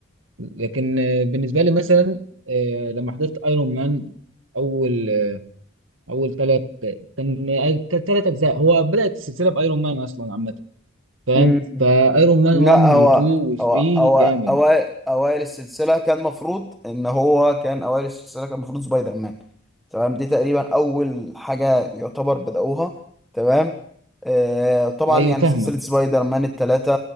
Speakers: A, on the right; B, in the centre.
A: لكن آه، بالنسبة لي مثلا آه، لما حضرت ايرون مان اول اول ثلاث كان ثلاث اجزاء هو بدات السلسله بايرون مان اصلا عامه فاهم
B: مم.
A: فايرون مان
B: لا
A: 1 و2
B: هو
A: و3
B: هو هو
A: جامد
B: أوائل أوائل السلسلة كان مفروض إن هو كان أوائل السلسلة كان مفروض سبايدر مان تمام دي تقريبا أول حاجة يعتبر بدأوها تمام آه طبعا
A: ايوه
B: يعني
A: فاهمك
B: سلسلة سبايدر مان التلاتة